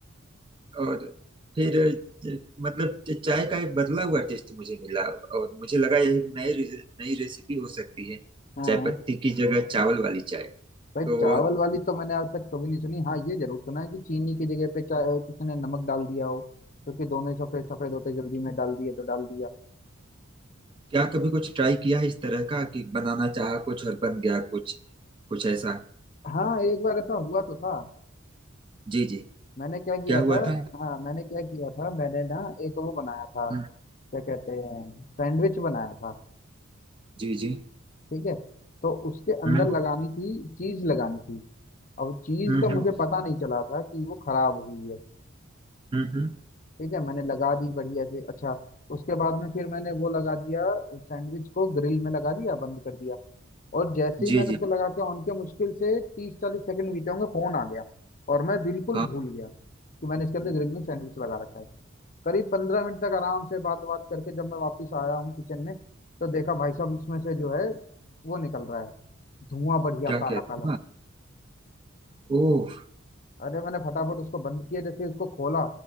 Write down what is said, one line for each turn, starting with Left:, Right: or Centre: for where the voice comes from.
Right: और फिर अ, मतलब च- चाय का एक बदला हुआ टेस्ट मुझे मिला और मुझे लगा यह एक नई रि- नई रेसिपी हो सकती है
Left: हाँ
Right: चाय
Left: हाँ
Right: पत्ती की जगह चावल वाली चाय
Left: भाई
Right: तो
Left: चावल वाली तो मैंने आज तक कभी नहीं सुनी हाँ ये जरूर सुना है कि चीनी की जगह पे चा- किसी ने नमक डाल दिया हो क्योंकि दोनों ही सफेद सफेद होते जल्दी में डाल दिए तो डाल दिया
Right: क्या कभी कुछ ट्राई किया है इस तरह का कि बनाना चाहा कुछ और बन गया कुछ कुछ ऐसा
Left: हाँ एक बार ऐसा हुआ तो था
Right: जी जी
Left: मैंने क्या किया
Right: क्या हुआ
Left: था
Right: था
Left: हाँ मैंने क्या किया था मैंने ना एक वो बनाया था
Right: हम्म,
Left: क्या कहते हैं सैंडविच बनाया था
Right: जी जी
Left: ठीक है तो उसके अंदर
Right: हम्म
Left: लगानी थी चीज लगानी थी अब चीज
Right: हम्म
Left: का
Right: हम्म
Left: मुझे पता नहीं चला था कि वो खराब हुई है
Right: हम्म हम्म,
Left: ठीक है मैंने लगा दी बढ़िया से अच्छा उसके बाद में फिर मैंने वो लगा दिया सैंडविच को ग्रिल में लगा दिया बंद कर दिया और जैसे
Right: जी
Left: ही मैंने
Right: जी
Left: उसको लगा के ऑन किया मुश्किल से तीस चालीस सेकंड बीते होंगे फोन आ गया और मैं बिल्कुल
Right: आप
Left: भूल गया कि मैंने इसके अंदर ग्रिल में सैंडविच लगा रखा है करीब पंद्रह मिनट तक आराम से बात बात करके जब मैं वापस आया हूँ किचन में तो देखा भाई साहब इसमें से जो है वो निकल रहा है धुआं बढ़िया
Right: क्या
Left: काला
Right: कह रहे
Left: काला
Right: हैं ओह
Left: अरे मैंने फटाफट उसको बंद किया जैसे उसको खोला